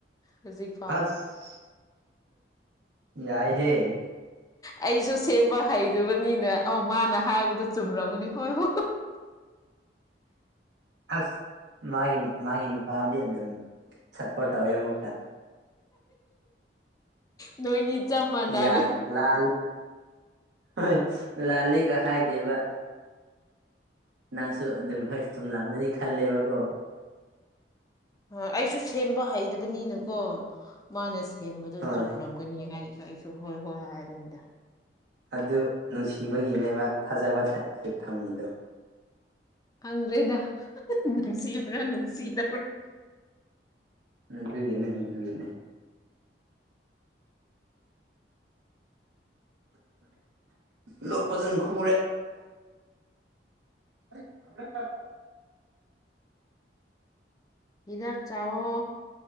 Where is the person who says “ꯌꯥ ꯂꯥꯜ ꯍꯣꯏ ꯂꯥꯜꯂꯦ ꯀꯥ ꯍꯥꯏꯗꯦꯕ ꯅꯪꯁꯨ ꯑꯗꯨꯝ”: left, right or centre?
Right